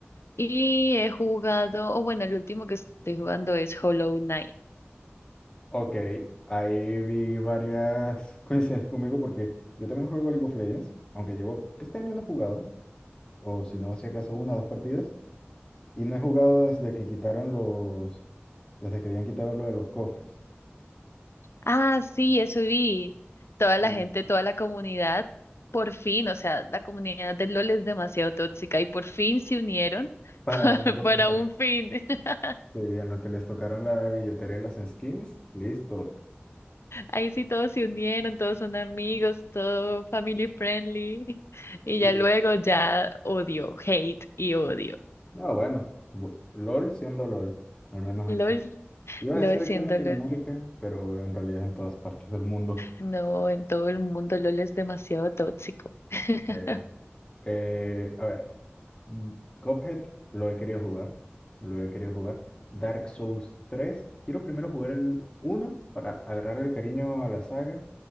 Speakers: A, on the left (about 75°); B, on the left (about 20°).
A: y he jugado, o bueno, el último que estoy jugando es Hollow Knight.
B: Ok, ahí vi varias <laughs> coincidencias conmigo porque yo también juego League of Legends, aunque llevo, este año no he jugado, o si no, si acaso una o dos partidas, y no he jugado desde que quitaron los, desde que habían quitado lo de los cofres.
A: Ah, sí, eso vi. Toda
B: Sí.
A: la gente, toda la comunidad, por fin, o sea, la comunidad del LOL es demasiado tóxica y por fin se unieron <laughs>
B: Para algo
A: para
B: que no-
A: un fin. <laughs>
B: sí, en lo que les tocaron la billetera y las skins, listo.
A: Ahí sí todos se unieron, todos son amigos, todo family friendly y
B: Sí.
A: ya luego ya odio, hate y odio.
B: No, bueno, bu- LOL siendo LOL, al menos aquí.
A: LOL,
B: Iba
A: LOL
B: a decir aquí
A: siendo
B: en Latinoamérica,
A: LOL.
B: pero en realidad es en todas partes del mundo.
A: No, en todo el mundo LOL es demasiado tóxico. <laughs>
B: Eh, eh, a ver, mm, Cuphead lo he querido jugar, lo he querido jugar. Dark Souls 3, quiero primero jugar el uno para agarrarle cariño a la saga,